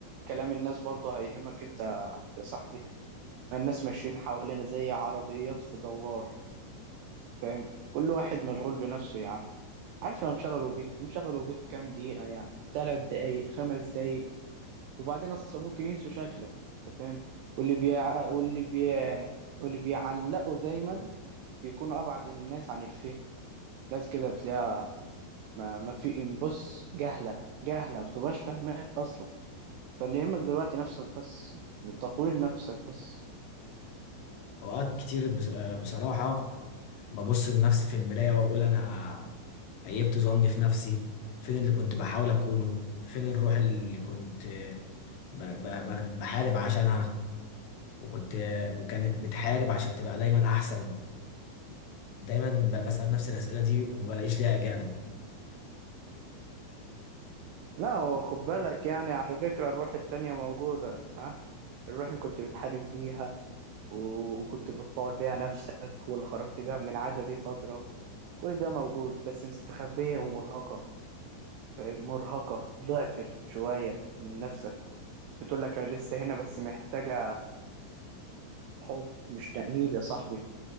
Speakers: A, on the right; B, on the left.
A: كلام الناس برضه هيهمك انت يا صاحبي ما الناس ماشيين حوالينا زي عربيات في دوار فاهم كل واحد مشغول بنفسه يا عم عارف لو انشغلوا بيك انشغلوا بيك كام دقيقه يعني ثلاث دقايق خمس دقايق وبعدين اصلا ممكن ينسوا شكلك انت فاهم واللي بي واللي بي واللي بيعلقوا دايما بيكونوا ابعد الناس عن الفهم ناس كده بتلاقيها ما, ما في بص جهله جهله ما تبقاش فاهماك اصلا فاللي يهمك دلوقتي نفسك بس تطوير نفسك بس
B: اوقات كتير بص- آه، بصراحه ببص لنفسي في المراية وأقول أنا خيبت ظني في نفسي فين اللي كنت بحاول أكونه فين الروح اللي كنت ب ب ب بحارب عشانها وكنت وكانت بتحارب عشان تبقى دايما أحسن دايما ب- بسأل نفسي الأسئلة دي وما بلاقيش ليها إجابة
A: لا هو خد بالك يعني على فكره الروح التانية موجوده ها الروح اللي كنت بتحارب بيها و- وكنت بتطور بيها نفسك واللي خرجت بيها من العادة دي فترة كل ده موجود بس مستخبية ومرهقة مرهقة ضعفت شوية من نفسك بتقول لك أنا لسه هنا بس محتاجة حب مش تأنيب يا صاحبي